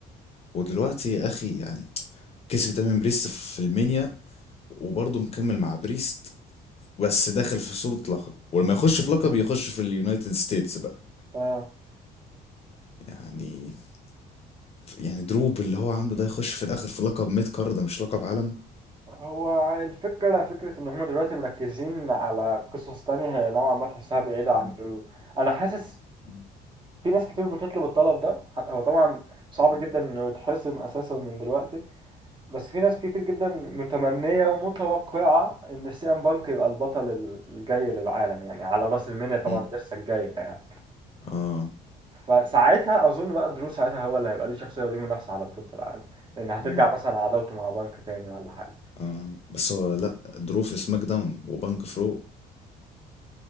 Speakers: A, on the left; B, on the right.
A: ودلوقتي يا اخي يعني كسب دايما بريست في في المنيا وبرضه مكمل مع بريست بس داخل في صورة لقب ولما يخش في لقب يخش في اليونايتد ستيتس بقى
B: آه
A: يعني يعني دروب اللي هو عامله ده يخش في الاخر في لقب ميد كارد ده مش لقب عالم
B: هو الفكرة فكرة إن هما دلوقتي مركزين على قصص تانية هي نوعا ما تحسها بعيدة
A: مم.
B: عن ال- أنا حاسس
A: مم.
B: في ناس كتير بتطلب الطلب ده حتى هو طبعا صعب
A: مم.
B: جدا إنه يتحسم أساسا من دلوقتي بس في ناس كتير جدا متمنية ومتوقعة إن سيان بانك يبقى البطل الجاي للعالم يعني على رأس المنيا طبعا
A: مم.
B: لسه الجاية يعني
A: اه
B: فساعتها أظن بقى درو ساعتها هو اللي هيبقى ليه شخصية وليه منافسة على بطولة العالم لأن هترجع
A: اه
B: مثلا عداوته مع بانك تاني ولا حاجة
A: اه بس هو لا درو في سماك داون وبنك فرو